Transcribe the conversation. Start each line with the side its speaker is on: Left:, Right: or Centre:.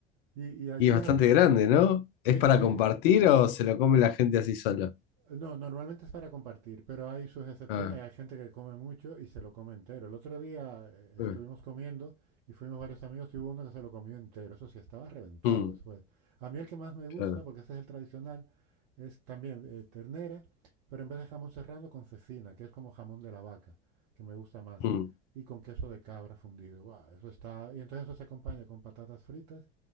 Right: Y, y allí
Left: Y es bastante
Right: en Argentina...
Left: grande, ¿no?
Right: Sí,
Left: ¿Es para
Right: sí.
Left: compartir o se lo come la gente así solo?
Right: No, normalmente es para compartir, pero hay sus excepciones.
Left: Ah,
Right: Hay gente que come mucho y se lo come entero. El otro día eh, estuvimos
Left: ah,
Right: comiendo y fuimos varios amigos y hubo uno que se lo comió entero. Eso sí, estaba reventado
Left: mm,
Right: después. A mí el que más me gusta,
Left: claro.
Right: porque ese es el tradicional, es también eh, ternera, pero en vez de jamón serrano con cecina, que es como jamón de la vaca, que me gusta más,
Left: mm,
Right: y con queso de cabra fundido. ¡Guau! eso está. Y entonces eso se acompaña con patatas fritas,